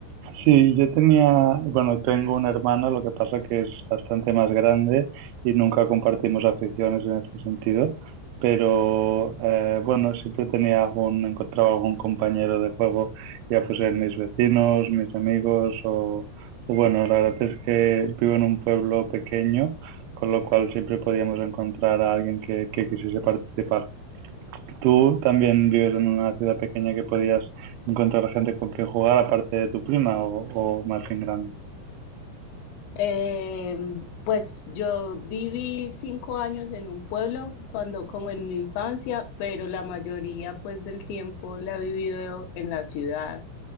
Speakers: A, on the right; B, on the left.
A: sí, yo tenía, bueno, tengo una hermana lo que pasa que es bastante más grande y nunca compartimos aficiones en este sentido, pero eh, bueno, siempre tenía algún, encontraba algún compañero de juego, ya fuesen mis vecinos, mis amigos o, o bueno, la verdad es que vivo en un pueblo pequeño, con lo cual siempre podíamos encontrar a alguien que, que quisiese participar. Tú también vives en una ciudad pequeña que podías encontrar gente con quien jugar aparte de tu prima o, o más bien grande.
B: Eh, pues yo viví cinco años en un pueblo cuando como en mi infancia, pero la mayoría pues del tiempo la he vivido en la ciudad.